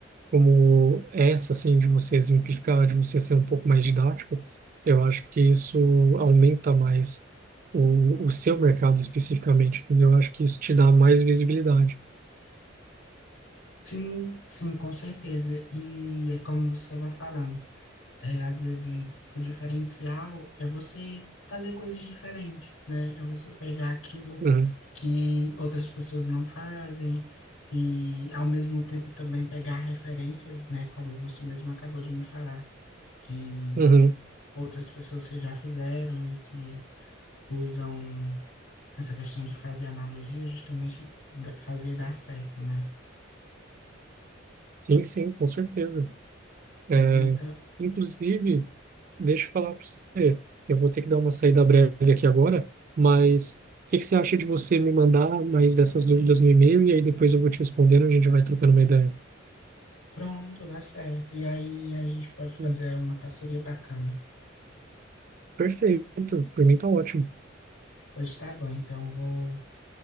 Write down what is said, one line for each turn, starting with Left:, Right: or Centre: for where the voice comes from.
Right: como essa assim de você exemplificar, de você ser um pouco mais didático, eu acho que isso aumenta mais o, o seu mercado especificamente. entendeu? Eu acho que isso te dá mais visibilidade.
Left: sim, sim, com certeza. E é como você estava falando. É, às vezes o diferencial é você fazer coisas diferentes, né? É você pegar aquilo
Right: Uhum.
Left: que outras pessoas não fazem e, ao mesmo tempo, também pegar referências, né? Como você mesmo acabou de me falar, de
Right: Uhum.
Left: outras pessoas que já fizeram e que usam essa questão de fazer analogia, justamente da- fazer dar certo, né?
Right: Sim, sim, com certeza. É,
Left: Pois então,
Right: inclusive, deixa eu falar para você, eu vou ter que dar uma saída breve aqui agora, mas o que que você acha de você me mandar mais dessas dúvidas no e-mail e aí depois eu vou te respondendo, a gente vai trocando uma ideia.
Left: pronto, dá certo. E aí a gente pode fazer
Right: Hum,
Left: uma parceria bacana.
Right: Perfeito, por mim tá ótimo.
Left: Pois tá bom, então vou